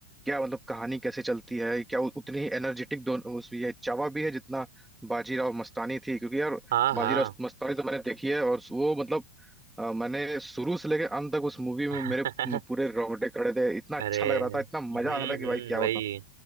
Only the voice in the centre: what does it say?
क्या मतलब कहानी कैसे चलती है क्या उ- उतनी ही एनर्जेटिक दोनों उस ये चावा भी है जितना बाजीराव मस्तानी थी क्योंकि यार
बाजीराव
मस्तानी तो मैंने देखी है और वो मतलब अ, मैंने शुरू से लेकर अंत तक उस मूवी में मेरे
पूरे रोंगटे खड़े थे इतना अच्छा
लग रहा था इतना मजा
आ रहा था कि
भाई क्या